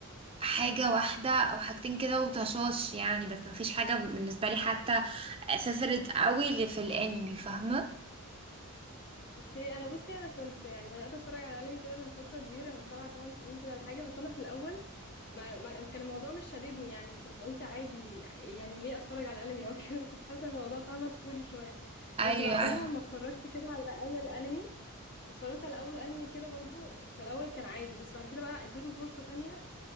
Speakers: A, on the right; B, on the left.
A: حاجة واحدة او حاجتين كده وطشاش يعني بس مفيش حاجة بالنسبة لي حتى فيفرت قوي اللي في الانمي فاهمة
B: اوكي انا بصي انا كنت يعني بدأت اتفرج على انمي كده من فترة كبيرة من سبع تمن سنين كده ولا حاجة بس انا في الاول ما ما كان الموضوع مش شاددني يعني كنت قلت عادي يعني ليه اتفرج على انمي او كده <laughs> كنت حاسه الموضوع فاهمه طفولي شويه
A: ايوه
B: بس بعدها
A: بس ايوه
B: ما اتفرجت كده على اول انمي اتفرجت على اول انمي كده برضو في الاول كان عادي بس بعد كده بقى اديته فرصه تانية